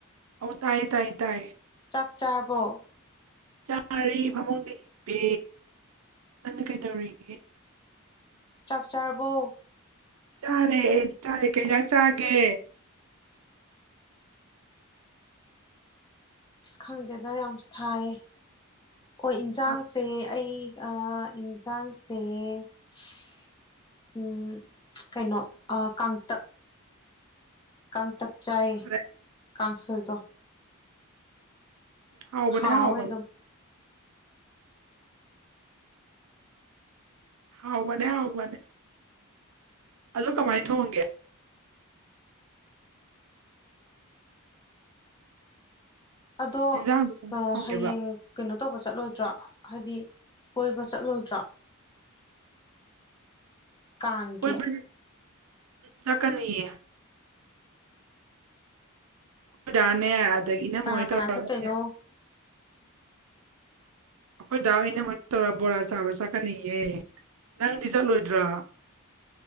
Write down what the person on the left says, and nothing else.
ꯆꯥꯛ ꯆꯥꯔꯕꯣ
ꯆꯥꯛ ꯆꯥꯥꯔꯕꯣ
ꯏꯁ ꯈꯪꯗꯦꯗ ꯌꯥꯝ ꯁꯥꯏ ꯑꯣ ꯏꯟꯖꯥꯡꯁꯦ
ꯑꯩ ꯑꯥ ꯏꯟꯖꯥꯡꯁꯦ ꯁꯁ ꯎꯝ ꯀꯩꯅꯣ ꯑꯥ ꯀꯥꯡꯇꯛ ꯀꯥꯡꯇꯛ ꯆꯥꯏꯌꯦ
ꯀꯥꯡꯁꯣꯏꯗꯣ
ꯍꯥꯎꯋꯦ
ꯑꯗꯨꯝ
ꯑꯗꯣ
ꯀꯥ
ꯍꯌꯦꯡ ꯀꯩꯅꯣ ꯇꯧꯕ ꯆꯠꯂꯣꯏꯗ꯭ꯔꯣ ꯍꯥꯏꯗꯤ ꯀꯣꯏꯕ ꯆꯠꯂꯣꯏꯗ꯭ꯔꯣ ꯀꯥꯡꯒꯤ
ꯀꯅꯥ ꯀꯅꯥ
ꯆꯠꯇꯣꯏꯅꯣ